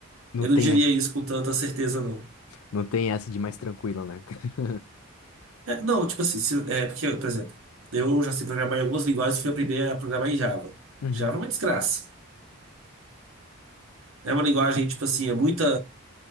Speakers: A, on the left; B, on the right.
A: Não
B: Eu
A: tem,
B: não diria isso com tanta certeza, não.
A: não tem essa de mais tranquilo, né? <laughs>
B: É, não, tipo assim, se- é, porque, por exemplo, eu já sei programar em algumas linguagens e fui aprender a programar em Java.
A: Uhum.
B: Java é uma desgraça. É uma linguagem, tipo assim, é muita.